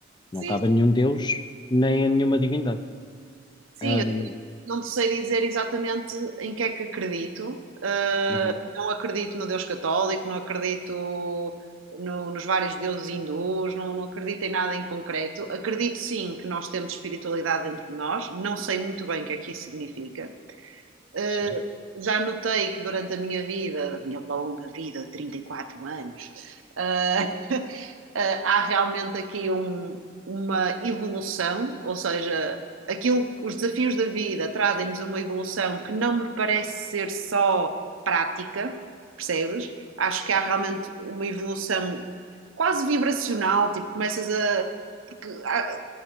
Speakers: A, on the right (about 85°); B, on the left (about 20°).
A: Sim,
B: Não cabe a nenhum Deus, nem a nenhuma divindade.
A: Sim,
B: Ahm,
A: eu também não te sei dizer exatamente em que é que acredito. Uh,
B: uhum,
A: não acredito no Deus católico, não acredito no- nos vários deuses hindus, não, não acredito em nada em concreto. Acredito sim que nós temos espiritualidade dentro de nós, não sei muito bem o que é que isso significa. Uh,
B: sim,
A: já notei que durante a minha vida, a minha longa vida de 34 anos, uh, ah, há realmente aqui um- uma evolução, ou seja, aquilo, os desafios da vida trazem-nos uma evolução que não me parece ser só prática, percebes? Acho que há realmente uma evolução quase vibracional, tipo, começas a. porque há-